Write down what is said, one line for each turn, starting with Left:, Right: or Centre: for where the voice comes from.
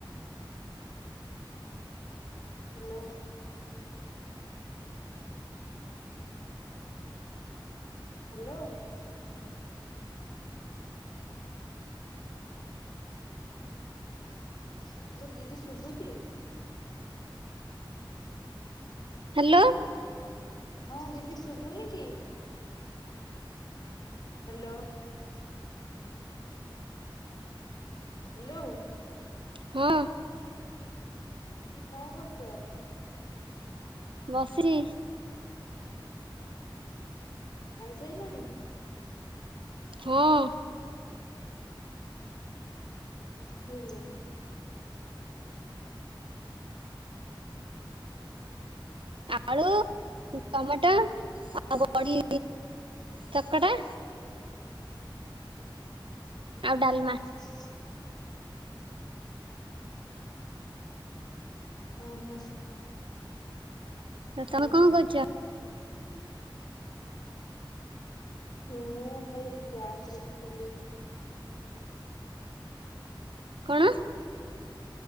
Left: ହ୍ୟାଲୋ। ହ୍ୟାଲୋ। ହାଲୋ ଦିଦି ଶୁଭୁଛି?
Right: ହ୍ୟାଲୋ।
Left: ହଁ ଦିଦି ଶୁଭୁନି କି? ହ୍ୟାଲୋ। ହ୍ୟାଲୋ।
Right: ହଁ।
Left: ଦି କଣ କରୁଛ?
Right: ବସିଛି।
Left: ଖାଇସାଇଲଣି?
Right: ହଁ।
Left: କଣ ଖାଇଲ?
Right: ଆଳୁ ଟମାଟୋ ଆଉ ବଡି ଚକଟା ଆଉ ଡାଲମା।
Left: ହ ଓହୋ।
Right: ତ ତମେ
Left: ଆଉ
Right: କଣ କରୁଛ?
Left: ମୁଁ ହେଇ ଗ୍ୟାସ ଚୁଲି
Right: କଣ?